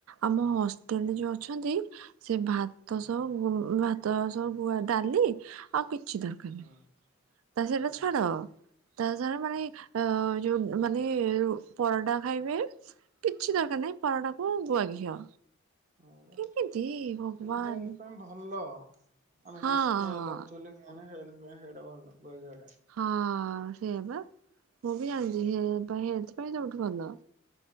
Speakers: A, on the right (about 85°); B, on the right (about 35°).
A: ଆମ ହଷ୍ଟେଲରେ ଯୋଉ ଅଛନ୍ତି। ସେ ଭାତ
B: ହୁଁ
A: ସବୁ ଭାତ ସବୁୁ ଡାଲି ଆଉ କିଛି ଦରକାର ନାହିଁ।
B: ହୁଁ
A: ତା ସେଇଟା
B: ବିଷ
A: ଛାଡ ତା <unintelligible> ମାନେ ଅ ଯୋଉ ମାନେ ପରଟା ଖାଇବେ କିଛି ଦରକାର ନାହିଁ ପରଟାକୁୁ ଗୁଆ ଘିଅ।
B: ହଁ ପା
A: କେମିତି
B: କିନ୍ତୁ
A: ଭଗବାନ।
B: ହେଲଥ ପାଇଁ ଭଲ। ଆମେ
A: ହଁ
B: ସିନା ସ୍ମେଲ
A: ହଁ
B: ହଉଚି ବୋଲି ଆମେ ହେଲଥ ପାଇଁ ସେଇଟା ଭଲ ଗୁଅଘିଅ ଟା।
A: ହଁ ସେଆ ପା ମୁଁ ବି ଜାଣିଛି ହେଲ୍ଥ ପାଇଁ ସବୁଠୁ ଭଲ।